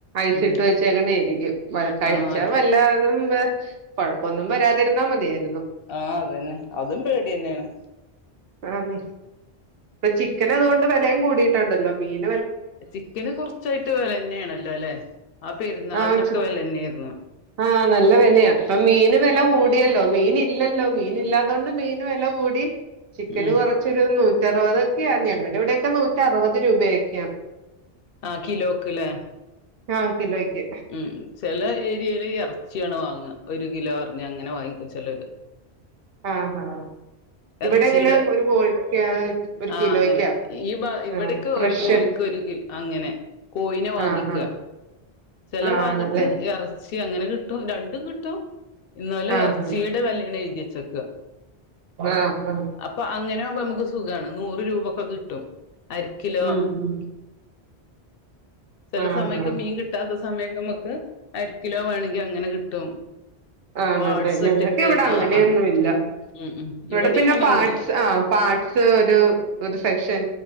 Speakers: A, on the right (about 65°); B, on the left (about 65°).
A: ഐസിട്ട്
B: ഉം
A: വെച്ചേക്കണേരിക്കും വ കഴിച്ചാ
B: ആഹ്
A: വല്ലതും കൊഴപ്പൊന്നും വരാതിരുന്നാ മതിയാരുന്നു
B: ആഹ് അതന്നെ അതും പേടിയെന്നെണ്
A: ആന്നെ ഇപ്പോ ചിക്കനതുകൊണ്ട് വേലേം കൂടിട്ടോണ്ടല്ലോ മീൻ
B: ചിക്കന് കൊറച്ചായിട്ട് വേലയെന്നെയാണല്ലോ ലെ ആ പെരുന്നാളിനൊക്കെ
A: ആഹ് ചി
B: വെലയെന്നെയാരുന്നു
A: ആഹ് നല്ല വെലയാ ഇപ്പ മീന് വെല കൂടിയല്ലോ മീനില്ലല്ലോ മീനില്ലാ ത്തൊണ്ട് മീന് വെലകൂടി ചിക്കന്
B: ഉം
A: കൊറച്ചൊരു നൂറ്ററുപത് ക്കെയാ ഞങ്ങടെവിടെക്കെ നൂറ്ററുപത് രൂപയൊക്കെയാ.
B: ആഹ് കിലോക്ക്ലെ
A: ആഹ് കിലോയ്ക്ക്
B: ഉം ചെല ഏരിയേല് എറ ച്ചിയാണ് വാങ്ങ ഒരു കിലോ പറഞ്ഞ് അങ്ങനെ വാങ്ങിക്കും ചെലോര്
A: ആഹ് ആഹ്
B: എറച്ചീടെ
A: ഇവിടെ ഇങ്ങനെ ഒരു കോഴിക്കാ ഒരു
B: ആഹ്
A: കിലോയ്ക്കാ
B: അങ്ങനെ ഈ ഭാ ഇവിടെക്കെ
A: ആഹ് ഫ്രഷ്
B: ഒരു കോഴിക്ക് ഒരു കില് അങ്ങനെ കോയിനെ വാങ്ങിക്കാ
A: ആഹ് ആഹ്
B: ചെല
A: ആണല്ലേ
B: ഭാഗത്ത് എറച്ചി അങ്ങനെ കിട്ടും രണ്ടും കിട്ടും ഇന്നോല്
A: ആഹ്
B: എറച്ചിടെ വെല്യാണ് എഴുതി ക്കാ
A: ആഹ് ആഹ് ആഹ്
B: അപ്പോ അങ്ങനാവുമ്പൊ നമുക്ക് സുഖാണ് നൂറ് രൂപ ക്കോ കിട്ടും അരക്കിലോ
A: ഉം ഉം
B: ചെല
A: ആഹ്
B: സമയൊക്കെ
A: ആഹ്
B: മീൻ കിട്ടാത്ത സമയൊക്കെ നമ്മക്ക് അരക്കിലോ വേണെങ്കി അങ്ങനെ കിട്ടും
A: ആണല്ലേ
B: പാട്സ്
A: ഞങ്ങക്കിവിടെ
B: ഒറ്റക്ക്
A: അങ്ങനെയൊന്നുവില്ലാ
B: ആഹ് ആഹ് ഉം ഉം
A: ഇവിടെ പിന്നെ
B: അങ്ങനെയൊന്നുമില്ല
A: പാഡ്സ് ആഹ് പാഡ്സ് ഒരു ഒരു സെക്ഷൻ